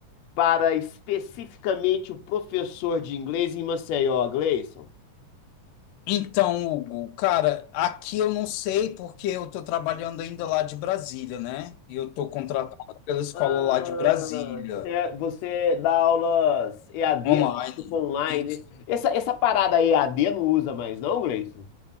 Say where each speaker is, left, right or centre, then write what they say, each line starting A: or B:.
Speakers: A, on the left (about 65°); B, on the left (about 85°).
A: para especificamente o professor de inglês em Maceió, Gleison?
B: Então, Hugo, cara, aqui eu não sei porque eu tô trabalhando ainda lá de Brasília, né? E Eu tô contratado pela escola
A: Ah,
B: lá de Brasília,
A: é, você dá aulas EAD,
B: online.
A: né? Tipo online.
B: Isso.
A: Essa, essa parada EAD não usa mais, não, Gleison?